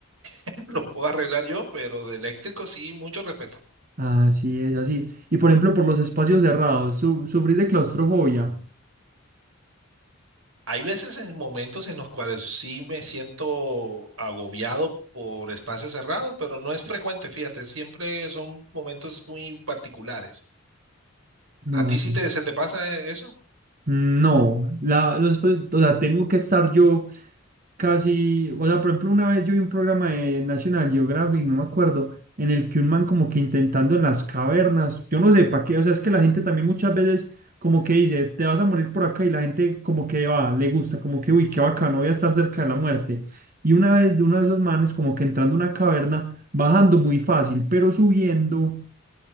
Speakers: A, on the right (about 75°); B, on the right (about 45°).
A: <laughs> lo puedo arreglar yo, pero de eléctrico sí, mucho respeto.
B: así es, así. Y por ejemplo, por los espacios cerrados, su, ¿sufrís de claustrofobia?
A: Hay veces en momentos en los cuales sí me siento agobiado por espacios cerrados, pero no es frecuente, fíjate, siempre son momentos muy particulares.
B: No.
A: ¿A ti sí te, se te pasa eh, eso?
B: No, la, los, pues, o sea, tengo que estar yo casi, o sea, por ejemplo, una vez yo vi un programa de National Geographic, no me acuerdo, en el que un man como que intentando en las cavernas, yo no sé para qué, o sea, es que la gente también muchas veces como que dice, te vas a morir por acá y la gente como que va, le gusta, como que, uy, qué bacano, voy a estar cerca de la muerte. Y una vez de uno de esos manes como que entrando a una caverna, bajando muy fácil, pero subiendo